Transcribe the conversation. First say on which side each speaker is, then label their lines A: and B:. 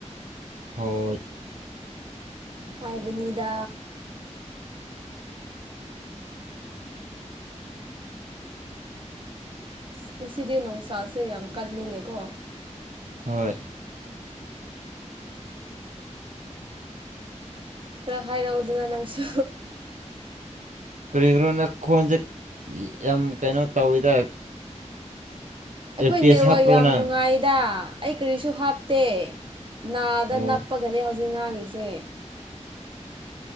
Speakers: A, on the right; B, on the right.
A: ꯍꯣꯏ꯫
B: ꯍꯥꯏꯕꯅꯤꯗ꯫ ꯉꯁꯤꯗꯤ ꯅꯨꯡꯁꯥꯁꯦ ꯌꯥꯝ ꯀꯜꯂꯤꯅꯦꯀꯣ꯫
A: ꯍꯣꯏ꯫
B: ꯈꯔ ꯍꯥꯏꯔꯛꯎꯗꯨꯅ ꯅꯪꯁꯨ꯫
A: ꯀꯔꯤꯒꯤꯅꯣꯅ ꯈꯣꯟꯁꯦ ꯌꯥꯝ ꯀꯩꯅꯣ ꯇꯧꯋꯤꯗ꯫
B: ꯑꯩꯈꯣꯏ
A: ꯑꯦꯔꯄꯤꯁ
B: ꯅꯦꯔꯋꯥꯥꯛ
A: ꯍꯥꯞꯄ꯭ꯔꯣ
B: ꯌꯥꯝ
A: ꯅꯪ
B: ꯅꯨꯡꯉꯥꯏꯗ ꯑꯩ ꯀꯔꯤꯁꯨ ꯍꯥꯞꯇꯦ ꯅꯥꯗ
A: ꯑꯣ
B: ꯅꯄ ꯉꯥꯡꯒꯅꯦ ꯍꯧꯖꯤꯛ ꯉꯥꯡꯉꯤꯁꯦ